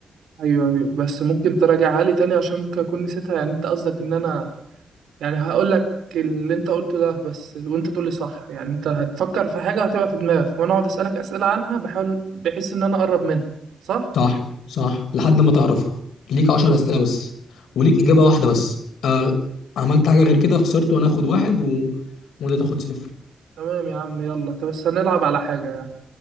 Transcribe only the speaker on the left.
صح صح لحد ما تعرفها ليك 10 اسئله بس وليك اجابه واحده بس آه عملت حاجه غير كده خسرت وانا اخد واحد و... وانت تاخد صفر